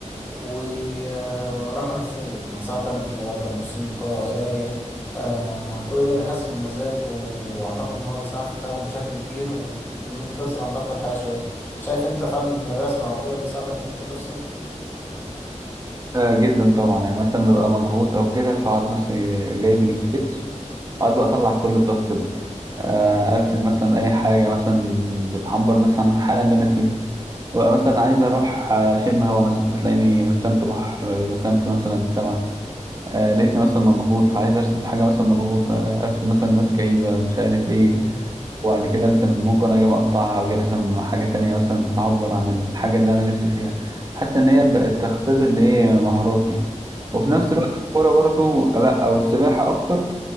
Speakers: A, on the left; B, on the right.
A: وراحة نفسية يعني سواء كانت رياضة موسيقى قراية آه كل ده بيحسن المزاج وأعتقد إن هو بيساعد في التأمل بشكل كبير و... وإن أنت تفصل عن ضغط الحياة شوية شايف أنت فعلا إن الرسم أو كده بيساعدك إن أنت تفصل؟
B: آه جدا طبعا يعني مثلا ببقى مضغوط او كده فاقعد بس جايب السكتش اقعد بقى اطلع كل الضغط ده آه ارسم مثلا اي حاجه مثلا بتعبر مثلا عن الحاله اللي انا فيها ببقى مثلا عايز اروح اشم هوا مثلا فتلاقيني رسمت بحر رسمت مثلا سما آه لقيتني مثلا مضغوط فعايز ارسم حاجه مثلا مضغوط آه ارسم مثلا ناس كئيبه مش عارف ايه
A: مم.
B: وبعد كده ارسم ممكن اجي مقطعها اجي ارسم حاجة تانية مثلا بتعبر عن الحاجة اللي انا نفسي فيها حاسس ان هي بقت تختزل لي مهاراتي
A: مم.
B: وفي نفس الوقت الكورة برضو لا او السباحة اكتر